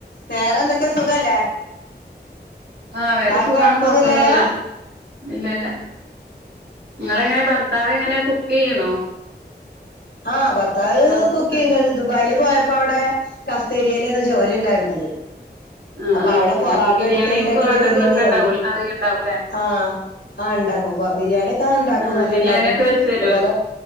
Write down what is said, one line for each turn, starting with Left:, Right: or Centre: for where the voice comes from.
Left: വേറെ എന്തൊക്കെ സുഖല്ലേ
Right: ആഹ് വേറെ
Left: ആക്ക
Right: സുഖാണ്
Left: കൊഴപ്പൊന്നുല്ലല്ലോ
Right: കൊഴപ്പൊന്നുല്ല ഇല്ല ഇല്ല ങ്ങളെ എങ്ങനെ ഭർത്താവ എങ്ങനെ കുക്ക് ചെയ്യണോ
Left: ആഹ് ഭർത്താവ
Right: ഭർത്ത
Left: കുക്കി ദുബായില പോയപ്പോ അവിടെ കഫ്തേരിയയിലന്ന ജോലി ണ്ടായിരുന്നത്
Right: ആഹ്
Left: അപ്പൊ
Right: ആഹ്
Left: അവിടെ
Right: ശരി
Left: പൊറാട്ടം
Right: അപ്പൊ ബിരിയാണിയും
Left: അടിക്കലന്റെ
Right: പൊറോട്ടൊക്കെ
Left: ഒക്കെ ജോലി
Right: വെക്കണ്ടാവും
Left: ന്നെയ രുന്നു
Right: അറിയണ്ടാവുംല്ലേ
Left: ആ ആഹ് ഉണ്ടാക്കും ബിരിയാണി
Right: ആഹ്
Left: ഒക്കെ ഉണ്ടാക്കും
Right: ആഹ്
Left: നല്ല
Right: ബിരിയാണിയൊക്കെ
Left: ഇണ്ടാക്കും
Right: വെച്ച് തരോ
Left: അഹ് പോലെ